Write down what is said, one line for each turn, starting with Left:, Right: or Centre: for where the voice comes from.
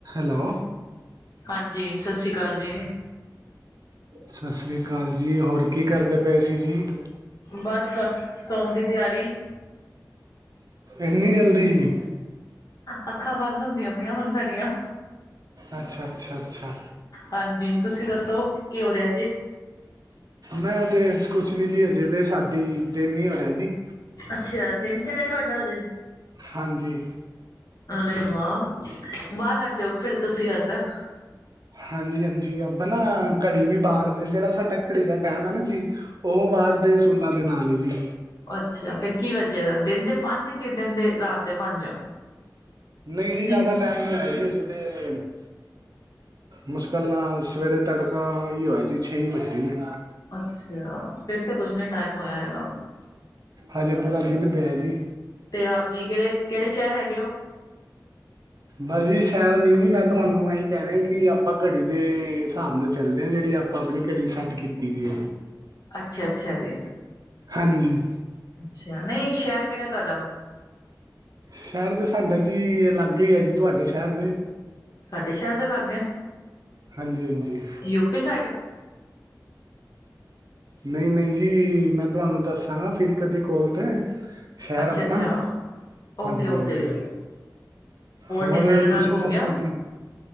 Right: Hello
Left: ਹਾਂਜੀ। ਸਸੀਕਾਲ ਜੀ।
Right: ਸਸ੍ਰੀਕਾਲ ਜੀ। ਹੋਰ ਕੀ ਕਰਦੇ ਪਏ ਸੀ ਜੀ?
Left: ਬਸ। ਸੋਨ ਦੀ ਤਿਆਰੀ
Right: ਇਨੀ ਜਲਦੀ ਜੀ।
Left: ਅੱਖਾਂ ਬੰਦ ਹੁੰਦੀਆਂ। ਪਈਆਂ ਹੁਣ ਸਾਡੀਆਂ
Right: ਅੱਛਾ-ਅੱਛਾ-ਅੱਛਾ।
Left: ਹਾਂਜੀ। ਤੁਸੀਂ ਦੱਸੋ ਕੀ ਹੋ ਰਿਆ ਜੇ?
Right: ਮੈਂ ਤੇ ਕੁਛ ਨੀ ਜੀ ਅਜੇ ਤੇ ਸਾਡੀ ਦਿਨ ਈ ਹੋਇਆ ਜੀ।
Left: ਅਛੇਆ। ਦਿਨ ਚੜਿਆ ਤੁਹਾਡਾ ਅਜੇ।
Right: ਹਾਂਜੀ।
Left: ਅਰੇ ਵਾਹ। ਬਾਰ ਰੇਂਦੇ ਓ ਫੇਰ ਤੁਸੀਂ ਏਦਰ
Right: ਹਾਂਜੀ-ਹਾਂਜੀ ਆਪਾਂ ਨਾ ਘੜੀ ਵੀ ਬਾਰ ਦੇ। ਜੇੜਾ ਸਾਡਾ ਘੜੀ ਦਾ ਟੈਮ ਐ ਨਾ ਜੀ ਓ ਬਾਰ ਦੇ ਅਸੂਲਾਂ ਦੇ ਨਾਲ ਐ ਜੀ।
Left: ਅੱਛੇਆ। ਫੇਰ ਕੀ ਵੱਜਿਆ ਦਾ ਦਿਨ ਦੇ ਪੰਜ ਕੀ ਦਿਨ ਦੇ ਰਾਤ ਦੇ ਪੰਜ?
Right: ਨਈ
Left: ਨਹੀਂ
Right: ਜੀ ਜਾਦਾ ਟੈਮ ਨੀ ਹੋਇਆ ਜੀ ਅਜੇ ਤੇ। ਮੁਸ਼ਕਲ ਨਾਲ ਸਵੇਰੇ ਤੜਕਾ ਈ ਹੋਇਆ ਜੀ ਛੇ ਵੱਜੇ ਨੇ।
Left: ਅੱਛੇਆ ਫੇਰ ਤੇ ਕੁੱਛ ਨੀ ਟਾਈਮ ਹੋਇਆ ਹੈਗਾ।
Right: ਹਜੇ ਪੂਰਾ ਦਿਨ ਪਿਆ ਜੀ।
Left: ਤੇ ਆਪ ਜੀ ਕੇੜੇ। ਕੇੜੇ ਸ਼ੈਰ ਹੈਗੇ ਓ?
Right: ਬਸ ਜੀ ਸ਼ੈਰ ਨੀ ਜੀ। ਮੈਂ ਤੁਹਾਨੂੰ ਏਈ ਕੈਨਾਂ ਕੀ ਆਪਾਂ ਘੜੀ ਦੇ ਹਿਸਾਬ ਨਾ ਚੱਲਦੇ ਆ ਜੇੜੀ। ਆਪਾਂ ਆਪਣੀ ਘੜੀ ਸੈੱਟ ਕੀਤੀ ਜੇ।
Left: ਅੱਛਾ-ਅੱਛਾ ਜੀ।
Right: ਹਾਂਜੀ।
Left: ਅੱਛਾ। ਨਈ ਸ਼ੈਰ ਕੇੜਾ ਤੁਹਾਡਾ?
Right: ਸ਼ੈਰ ਤਾਂ ਸਾਡਾ ਜੀ ਲਾਗੇ ਈ ਐ ਜੀ ਤੁਆਡੇ ਸ਼ੈਰ ਦੇ।
Left: ਸਾਡੇ ਸ਼ੈਰ ਦੇ ਲਾਗੇ?
Right: ਹਾਂਜੀ-ਹਾਂਜੀ।
Left: UP side?
Right: ਨਈਂ, ਨਈਂ ਜੀ, ਮੈਂ ਤੁਆਨੂੰ ਦੱਸਾਂਗਾ ਫਿਰ ਕਦੀ ਕੋਲ ਤੇ। ਸ਼ੈਰ
Left: ਅੱਛਾ
Right: ਆਪਣਾ,
Left: ਅੱਛਾ ਓਕੇ
Right: ਹਾਂਜੀ-ਹਾਂਜੀ।
Left: ਓਕੇ ਜੀ
Right: ਹੋਰ
Left: ਡਿਨਰ ਡਿਨਰ
Right: ਤੁਸੀਂ
Left: ਹੋ
Right: ਦੱਸੋ
Left: ਗਿਆ
Right: ਜੀ?